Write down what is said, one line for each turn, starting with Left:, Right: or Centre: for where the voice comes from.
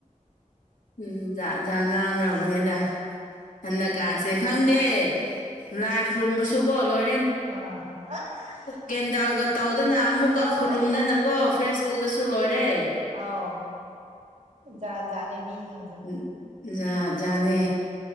Left: ꯎꯝꯥ ꯖꯥꯠ ꯖꯥꯠ ꯉꯥꯡꯈ꯭ꯔꯕꯅꯤꯅ ꯍꯟꯗꯛꯀꯥꯟꯁꯦ ꯈꯪꯗꯦ ꯂꯥꯏ ꯈꯨꯔꯨꯝꯕꯁꯨꯀꯣ ꯂꯣꯏ
Right: ꯑꯥ <unintelligible>
Left: ꯀꯦꯟꯗꯜꯒ ꯇꯧꯗꯅ ꯑꯃꯨꯛꯀ
Right: ꯍꯣꯏ
Left: ꯈꯨꯔꯨꯝꯗꯅ ꯀꯣ ꯐꯦꯁꯕꯨꯛꯇꯁꯨ ꯂꯣꯏꯔꯦ
Right: ꯑꯧ ꯖꯥꯠ ꯖꯥꯠꯅꯦ ꯃꯤꯁꯤꯡ
Left: ꯎꯝ ꯖꯥꯠ ꯖꯥꯠꯅꯦ